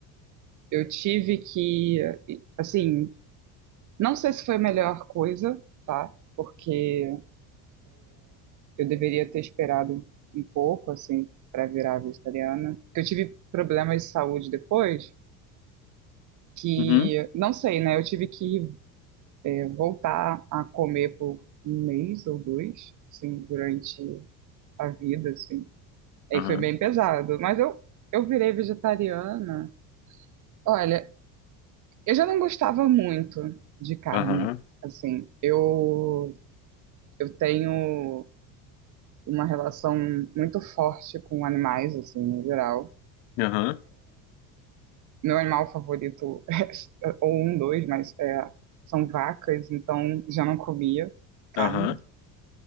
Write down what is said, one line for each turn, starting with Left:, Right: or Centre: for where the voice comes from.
Right: Eu tive que, assim, não sei se foi a melhor coisa, tá? Porque eu deveria ter esperado um pouco, assim, para virar vegetariana. Porque eu tive problemas de saúde depois, que,
Left: uhum,
Right: não sei, né? Eu tive que, é, voltar a comer por um mês ou dois, assim, durante a vida, assim. Aí
Left: aham.
Right: foi bem pesado. Mas eu, eu virei vegetariana. Olha, eu já não gostava muito de carne.
Left: Aham,
Right: Assim, eu, eu tenho uma relação muito forte com animais, assim, no geral.
Left: aham,
Right: Meu animal favorito <laughs> é, ou um, dois, mas é, são vacas, então já não comia carne.
Left: aham,